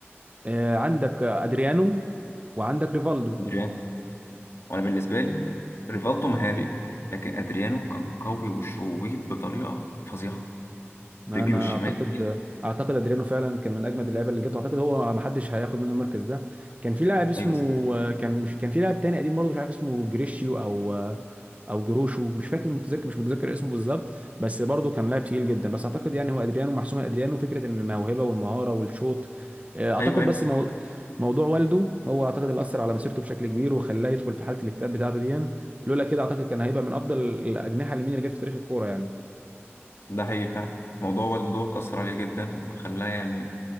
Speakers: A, on the right; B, on the left.
A: آه، عندك ادريانو وعندك ريفالدو
B: ادريانو وانا بالنسبه لي ريفالدو مهاري لكن ادريانو كان قوي وشويت بطريقه فظيعه
A: ما
B: رجله
A: انا
B: الشمال
A: اعتقد
B: دي
A: اعتقد ادريانو فعلا كان من اجمد اللعيبه اللي جت اعتقد هو ما حدش هياخد منه المركز ده كان في لاعب اسمه
B: ايوه صراحه
A: كان مش كان في لاعب تاني قديم برضه مش عارف اسمه جريشيو او او جروشو مش فاكر متذكر مش متذكر اسمه بالظبط بس برضه كان لاعب تقيل جدا بس اعتقد يعني هو ادريانو محسومه ادريانو فكره ان الموهبه والمهاره والشوط آه، اعتقد
B: ايوه ايوه
A: بس
B: صراحه
A: مو... موضوع والده هو اعتقد اللي اثر على مسيرته بشكل كبير وخلاه يدخل في حاله الاكتئاب بتاعته دي لولا كده اعتقد كان هيبقى من افضل الاجنحه اليمين اللي جت في تاريخ الكوره يعني
B: ده حقيقي فعلا الموضوع والد دوت اثر عليه جدا وخلاه يعني